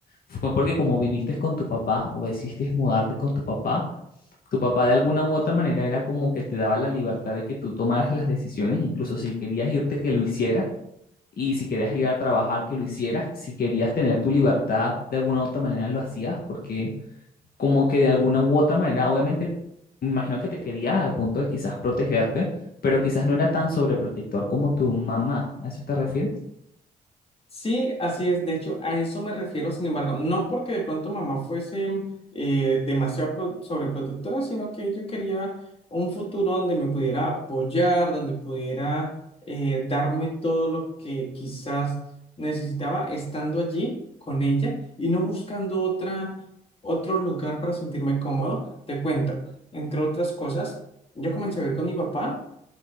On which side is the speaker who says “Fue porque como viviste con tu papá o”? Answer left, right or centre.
Left